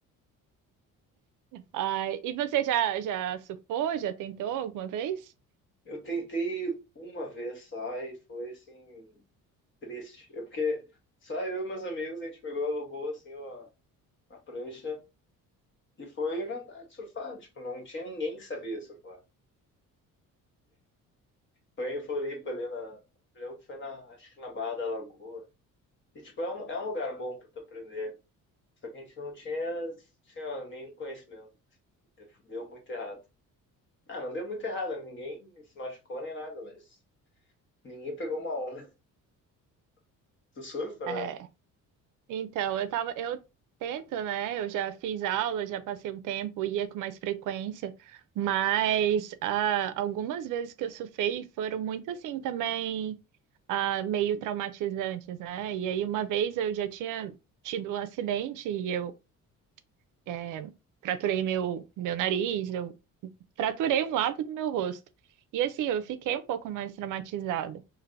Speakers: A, on the right; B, on the left.
A: Ai, e você já já surfou? Já tentou alguma vez?
B: Eu tentei uma vez só e foi, assim, triste. É porque só eu e meus amigos, a gente pegou, alugou, assim, uma, uma prancha, e foi inventar de surfar, tipo, não tinha ninguém que sabia surfar. Foi em Floripa, ali na, eu lembro que foi na, acho que na Barra da Lagoa. E, tipo, é um, é um lugar bom pra tu aprender Só que a gente não tinha, tinha nenhum conhecimento. Deu muito errado. Ah, não deu muito errado, ninguém se machucou nem nada, mas ninguém pegou uma onda. <laughs> Tu surfa, né?
A: É. Então, eu tava, eu tento, né? Eu já fiz aula, já passei um tempo, ia com mais frequência, mas ah, algumas vezes que eu surfei foram muito assim também, ah, meio traumatizantes, né? E aí uma vez eu já tinha tido um acidente e eu eh, fraturei meu, meu nariz, eu fraturei
B: Ah,
A: um lado do meu rosto. E assim, eu fiquei um pouco mais traumatizada.